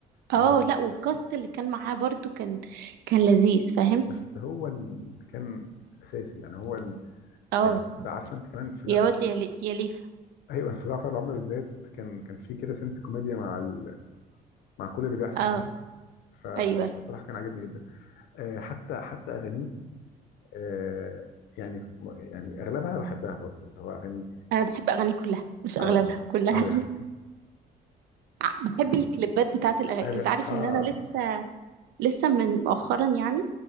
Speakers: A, on the left; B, on the right.
A: على
B: اه
A: ال-
B: لا والكاست اللي كان معاه برضو كان كان لذيذ فاهم
A: بس هو اللي كان اساسي يعني هو ال...
B: اه
A: يعني حتى عارفه انت كمان في
B: يا
A: جف
B: واد يا لي- يا ليفا
A: ايوه في جعفر العمده بالذات كان كان في كده سنس كوميديا مع ال... مع كل اللي بيحصل
B: اه
A: فاهم ف-
B: ايوه
A: فبصراحه كان عاجبني جدا آه حتى حتى اغانيه آه يعني يعني اغلبها بحبها برضو اللي هو اغاني
B: انا بحب اغاني كلها مش اغلبها
A: اه
B: كلها
A: ايوه
B: <laughs>
A: <laughs>
B: ع- بحب الكليبات بتاعت الاغاني
A: أغ...
B: انت عارف
A: اه
B: ان انا لسه لسه من مؤخرا يعني